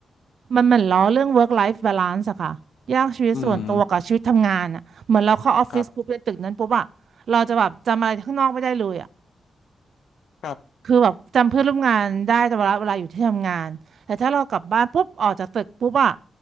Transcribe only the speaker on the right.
มันเหมือนล้อเรื่อง work life balance อะค่ะ แยกชีวิตส่วนตัวกับชีวิตทำงานอะเหมือนเราเข้าออฟฟิศปุ๊บในตึกนั้นปุ๊บอะเราจะแบบจำอะไรข้างนอกไม่ได้เลยอะ
คือแบบจำเพื่อนร่วมงานได้แต่เวลาเวลาอยู่ที่ทำงานแต่ถ้าเรากลับบ้านปุ๊บออกจากตึกปุ๊บอะ